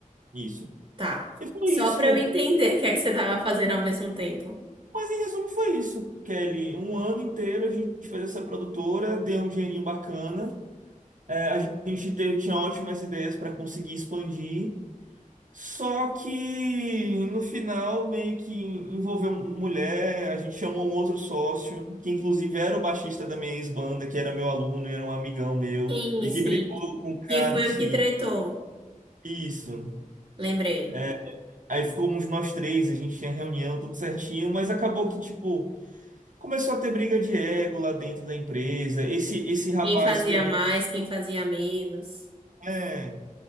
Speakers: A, on the right; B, on the right.
A: Isso.
B: Tá.
A: E foi
B: Só
A: isso.
B: pra eu entender o que é que você tava fazendo ao mesmo tempo.
A: Mas em resumo foi isso, Kelly. Um ano inteiro a gente fez essa produtora, deu um dinheirinho bacana. É, a gente te- tinha ótimas ideias para conseguir expandir. Só que no final meio que envolveu mulher, a gente chamou um outro sócio, que inclusive era o baixista da minha ex-banda, que era meu aluno e era um amigão meu,
B: Sim,
A: e
B: sim.
A: que brigou com o cara
B: Que foi
A: que.
B: o que tretou.
A: Isso.
B: Lembrei.
A: É, aí ficamos nós três, a gente tinha reunião, tudo certinho, mas acabou que, tipo. Começou a ter briga de ego lá dentro da empresa. Esse, esse rapaz
B: Quem fazia
A: que abriu.
B: mais, quem fazia menos.
A: É,